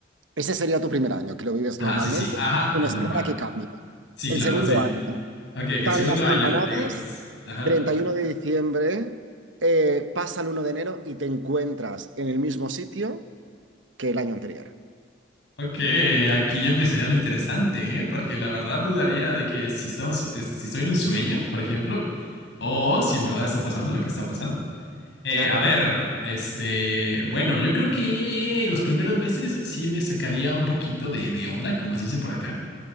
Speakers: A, on the right (about 85°); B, on the left (about 70°).
A: ese sería tu primer año, que lo vives
B: ajá,
A: normalmente,
B: sí, sí, ajá,
A: una
B: normal.
A: espera que cambie.
B: Sí,
A: El
B: claro,
A: segundo
B: sí.
A: año,
B: Ok, el
A: dan
B: segundo
A: las
B: año,
A: campanadas,
B: digamos. Ajá.
A: 31 de diciembre, eh, pasa el uno de enero y te encuentras en el mismo sitio que el año anterior.
B: Ok, aquí ya empezaría lo interesante, ¿eh? Porque la verdad dudaría de que si estamos, es- si estoy en un sueño, por ejemplo, o si en verdad está pasando lo que está pasando. Eh,
A: Claro.
B: a ver, este, bueno, yo creo que los primeros meses sí me sacaría un poquito de, de onda, como se dice por acá.